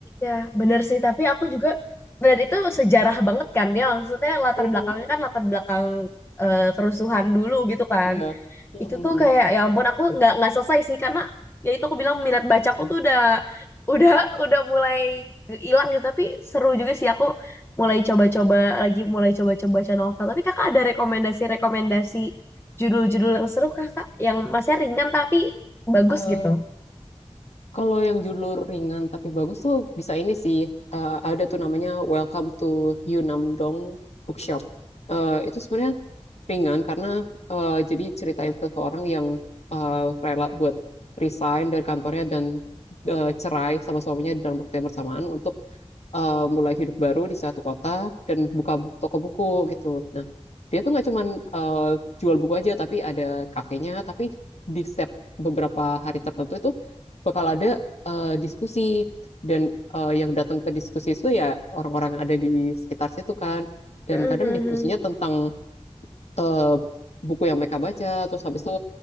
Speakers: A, on the left; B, on the left.
A: ya bener sih. Tapi aku juga benar itu sejarah banget kan dia. Maksudnya latar
B: Hmm.
A: belakangnya kan latar belakang eh, kerusuhan dulu gitu kan.
B: Iya. <laughs>
A: itu
B: Mm-mm.
A: tuh kayak ya ampun aku nggak nggak selesai sih karena ya itu aku bilang minat bacaku tuh udah udah udah mulai hilang gitu tapi seru juga sih aku mulai coba-coba lagi mulai coba-coba baca novel tapi kakak ada rekomendasi-rekomendasi judul-judul yang seru kakak yang masnya ringan tapi bagus
B: Eh,
A: gitu
B: kalau yang judul ringan tapi bagus tuh bisa ini sih. Eh, ada tuh namanya Welcome to Yunam Bookshop. Eh, itu sebenarnya ringan karena eh, jadi ceritain seseorang yang eh, rela buat resign dari kantornya dan eh, cerai sama suaminya dalam waktu yang bersamaan untuk eh, mulai hidup baru di satu kota dan buka bu- toko buku gitu. Nah, dia tuh nggak cuman eh, jual buku aja tapi ada kafenya tapi di setiap beberapa hari tertentu itu bakal ada eh, diskusi dan eh, yang datang ke diskusi itu ya orang-orang yang ada di sekitar situ kan dan
A: <laughs> Mhm.
B: kadang diskusinya tentang eh, buku yang mereka baca, terus habis itu